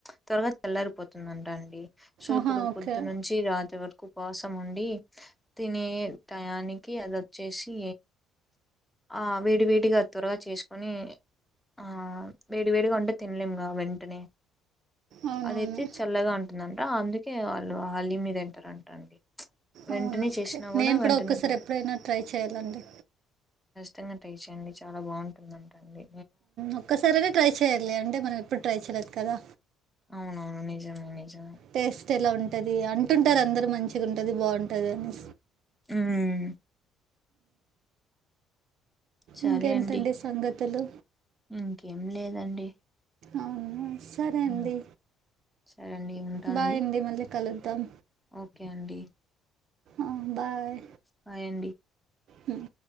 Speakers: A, in the centre; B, on the right (about 55°).
A: త్వరగా చల్ రిపోతుందింటాండి సో
B: ఆహా!
A: ఇప్పుడు
B: ఓకే.
A: పొద్దు నుంచి రాత్ర వర ఉపాసం ఉండి తినే టయానికి అద చ్చేసి ఆ వేడి వేడిగా త్వరగా చేసుకు కొని ఆ వేడి వేడిగా ఉంటే తినలేముగా వెంటనే
B: అవునవును.
A: అదైతే చల్లగా ఉంటుందంట అందుకే వాళ్ళు హల్లీ మె దింటారంటండి వెంటనే
B: అవును. ఓకే.
A: చేసినా గుడా
B: నేను కూడా
A: వెంటనే
B: ఒక్కసారి ఎప్పుడైనా ట్రై చేయాలండి.
A: తంగ ట్రై చేయండి చాలా బాగుంటుందంటండి
B: ఒక్కసారిైన ట్రై చెయ్యాలి అంటే మనం ఎప్పుడు ట్రై చెయలేదు కదా
A: అవునవును నిజమే నిజమే
B: టేస్ట్ ఎలా ఉంటది అంటుంటారు అందరు మంచిగా ఉంటది బాగుంటది అనే
A: మ్ సరే
B: ఇంకేంటండి
A: అండి
B: సంగతులు
A: ఇంకేం లేదండి
B: అవును సరే అండి
A: ఉమ్ సరే అండి ఉంటా
B: బాగుడి
A: అండి
B: మళ్ళీ కలుద్దాం
A: ఓకే అండి
B: ఆ బాయ్
A: బాయండి
B: హ్మ్